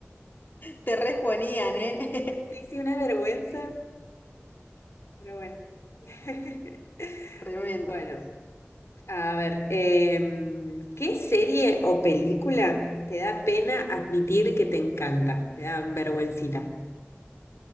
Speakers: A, on the left; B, on the left.
A: Te responían, ¿eh?
B: sí, sí, una vergüenza. Pero bueno. <laughs>
A: <laughs> Tremendo.
B: Bueno, a ver, em, ¿qué serie o película te da pena admitir que te encanta? Te da vergüencita.